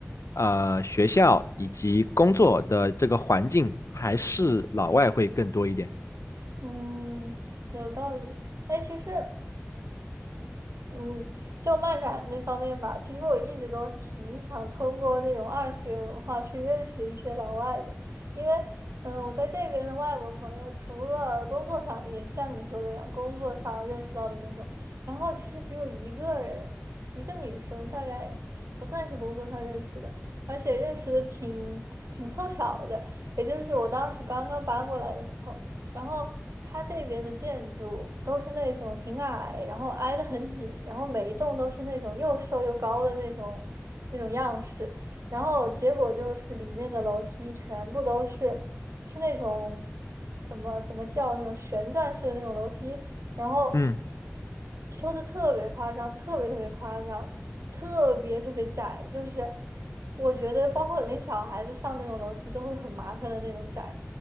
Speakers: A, on the left; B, on the right.
A: 呃学校以及工作的这个环境，还是老外会更多一点。
B: 嗯，有道理。哎，其实嗯，就漫展那方面吧，其实我一直都挺想通过那种二次元文化去认识一些老外的，因为，嗯，我在这边的外国朋友，除了工作上的，也是像你说的一样，工作上认识到的那种，然后其实只有一个人，一个女生，大概不算是工作上认识的，而且认识的挺挺凑巧的，也就是我当时刚刚搬过来的时候。然后它这边的建筑都是那种挺矮，然后挨得很紧，然后每一栋都是那种又瘦又高的那种那种样式。然后结果就是里面的楼梯全部都是是那种怎么怎么叫那种旋转式的那种楼梯，然后
A: 嗯
B: 修的特别夸张，特别特别夸张，特别特别窄，就是我觉得包括连小孩子上那种楼梯都会很麻烦的那种窄。